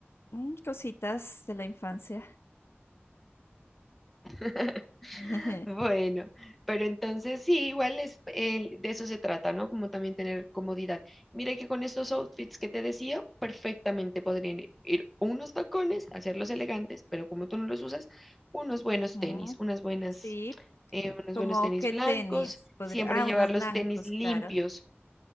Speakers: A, on the left; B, in the centre.
A: Mm, cositas de la infancia.
B: <laughs>
A: <laughs>
B: Bueno, pero entonces sí, igual es, eh, de eso se trata, ¿no? Como también tener comodidad. Mira que con estos outfits que te decía, perfectamente podrían ir, ir unos tacones, hacerlos elegantes, pero como tú no los usas, unos buenos
A: Mm,
B: tenis, unas buenas,
A: sí.
B: eh, unos
A: Como
B: buenos tenis
A: qué
B: blancos,
A: tenis podría.
B: siempre
A: Ah,
B: llevar
A: unos
B: los
A: blancos,
B: tenis limpios,
A: claro.